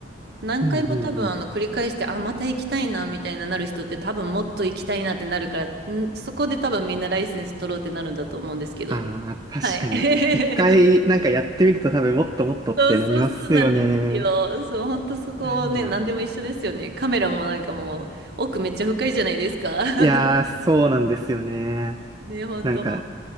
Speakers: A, on the right; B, on the right.
A: 何回も多分あの繰り返して、
B: うんうん
A: あ、また行きたいなみたいななる人って多分もっと行きたいなってなるから、ん、そこで多分みんなライセンス取ろうってなるんだと思うんですけど。
B: ああ、確かに、
A: はい。<laughs>
B: 一回なんかやってみると多分もっともっとってなりますよね。
A: そうそうそうなんですよ。そう、本当そこね、
B: ないな。
A: 何でも一緒ですよね。カメラもなんかもう奥めっちゃ深いじゃないですか。<laughs>
B: いやー、そうなんですよね。
A: ね、本当。
B: なんか、